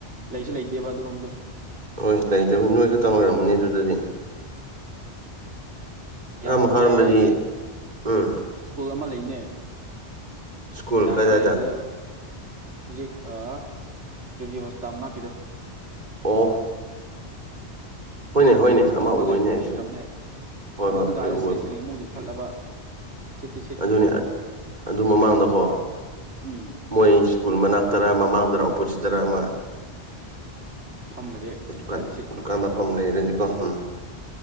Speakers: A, on the right; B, on the right.
A: ꯂꯩꯁꯨ ꯂꯩꯇꯦꯕ ꯑꯗꯨꯔꯣꯝꯗꯣ
B: ꯍꯣꯏ ꯂꯩꯇꯕꯅꯤ ꯅꯣꯏ ꯈꯛꯇꯪ ꯑꯣꯏꯔꯝꯃꯅꯤ ꯑꯗꯨꯗꯗꯤ
A: ꯌꯥꯕꯨ
B: ꯑ ꯃꯥꯔꯝ
A: ꯌꯥꯔꯗꯤ
B: ꯔꯖꯤ ꯎꯝ
A: ꯁ꯭ꯀꯨꯜ ꯑꯃ ꯂꯩꯕꯅꯦ
B: ꯁ꯭ꯀꯨꯜ
A: ꯄꯩꯁꯥ
B: ꯀꯗꯥꯏꯗ
A: ꯈꯔ ꯂꯩꯕꯗ ꯍꯧꯖꯤꯛ ꯇꯔꯤꯚꯤꯌꯨ ꯍꯣꯁꯄꯤꯇꯥꯜ ꯑꯃ ꯂꯈꯤꯗꯣ
B: ꯑꯣ ꯍꯣꯏꯅꯦ ꯍꯣꯏꯅꯦ
A: ꯁ꯭ꯀꯨꯜ ꯑꯃ
B: ꯎꯏꯅꯦ ꯑꯩꯁꯨ
A: ꯂꯩꯈ꯭ꯔꯕꯅꯦ
B: ꯍꯣꯏ
A: ꯑꯗꯨꯗꯨꯒꯗ
B: ꯍꯣꯏ ꯑꯩ
A: ꯏꯁꯇꯦꯁꯅꯔꯤ
B: ꯎꯋꯦ
A: ꯑꯃꯨꯛ ꯂꯤꯡꯈꯠꯂꯕ ꯁꯤꯠꯇꯤ ꯁꯤꯠꯀꯅꯤ
B: ꯑꯗꯨꯅꯤ ꯑꯗꯨ ꯃꯃꯥꯡꯗꯀꯣ
A: ꯎꯝ
B: ꯃꯣꯏ ꯁ꯭ꯀꯨꯜ ꯃꯅꯥꯛ ꯇꯔꯥ ꯃꯃꯥꯡꯗꯔꯥ ꯑꯣꯄꯣꯖꯤꯠ ꯇꯔꯥ ꯑꯃ
A: ꯐꯝꯕꯗꯤ ꯈꯔꯗꯤ
B: ꯀꯥꯟ
A: ꯁꯤꯠꯀꯅꯤ
B: ꯗꯨꯀꯥꯟꯗ ꯐꯝ ꯂꯩꯔ ꯑꯍꯝ